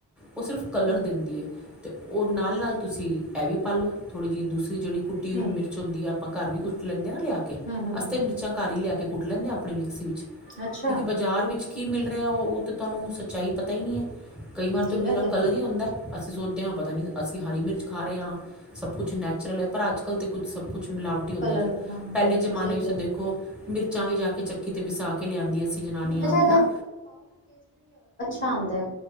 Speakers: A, in the centre; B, on the left (about 25°).
A: ਉਹ ਸਿਰਫ਼ ਕਲਰ
B: ਹੂੰ,
A: ਦਿੰਦੀ ਹੈ ਤੇ ਉਹ ਨਾਲ-ਨਾਲ ਤੁਸੀਂ ਇਹ ਵੀ ਪਾ ਲੋ ਥੋੜ੍ਹੀ ਜਿਹੀ ਦੂਸਰੀ ਜਿਹੜੀ ਕੁੱਟੀ ਹੋਈ
B: ਹੂੰ,
A: ਮਿਰਚ ਹੁੰਦੀ ਆ। ਆਪਾਂ ਘਰ ਵੀ ਕੁੱਟ ਲੈਂਨ ਨਾ ਲਿਆ ਕੇ
B: ਹੂੰ, ਹੂੰ
A: ਅਸੀਂ ਤਾਂ ਮਿਰਚਾਂ ਘਰ ਹੀ ਲਿਆ ਕੇ ਕੁੱਟ ਲੈਂਦੇ ਆ ਆਪਣੀ ਮਿਕਸੀ ਵਿੱਚ
B: ਅੱਛਾ
A: ਕਿਉਂਕਿ ਬਾਜ਼ਾਰ ਵਿੱਚ ਕਿ ਮਿਲ ਰਿਹਾ ਉਹ ਤਾਂ ਤੁਹਾਨੂੰ ਸੱਚਾਈ ਪਤਾ ਹੀ ਨਹੀਂ ਹੈ। ਕਈ ਵਾਰ ਤਾਂ
B: ਜੀ
A: ਮੀਂਰਾ
B: ਇਹ ਤੇ
A: ਕਲਰ
B: ਹੈ।
A: ਈ ਹੁੰਦਾ। ਅਸੀਂ ਸੋਚਦੇ ਹਾਂ ਪਤਾ ਨੀ ਅਸੀਂ ਹਰੀ ਮਿਰਚ ਖਾ ਰਹੇ ਹਾਂ। ਸਭ ਕੁਛ ਨੈਚੁਰਲ ਹੈ ਪਰ ਅੱਜ ਕੱਲ ਤੇ, ਹੁਣ ਸਭ ਕੁਛ, ਕੁਛ ਮਿਲਾਵਟੀ ਹੁੰਦਾ
B: ਕਲਰ
A: ਜੀ
B: ਹਾਂ-ਹਾਂ
A: ਪਹਿਲੇ ਜਮਾਨੇ
B: ਸਹੀ
A: ਵਿੱਚ
B: ਕਹਿ
A: ਦੇਖੋ
B: ਰਹੇ
A: ਮਿਰ ਚਾਵੇ ਵੀ ਜਾ, ਕਿ ਚੱਕੀ ਤੇ ਪਿਸਾ ਕੇ ਲਿਆਂਂਦੀਆਂ ਸੀ ਜਨਾਨੀਆਂ
B: ਅੱਛਾ
A: ਹੈ ਨਾ,
B: ਆਦਾ ਹੈ।